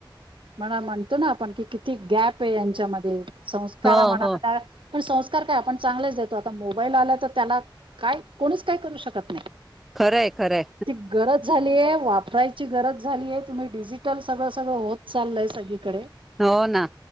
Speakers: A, on the right; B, in the centre.
A: मला म्हणतो ना आपण कि किती गॅप आहे यांच्यामध्ये संस्कार
B: हो
A: आता
B: हो
A: पण संस्कार काय आपण चांगलेच देतो आता मोबाईल आला तर त्याला काय कोणीच काय करू शकत नाही
B: खरंय खरंय
A: ती गरज वापरायची गरज झालीय तम्ही डिजिटल सगळं सगळं होत चालयग ग
B: हो ना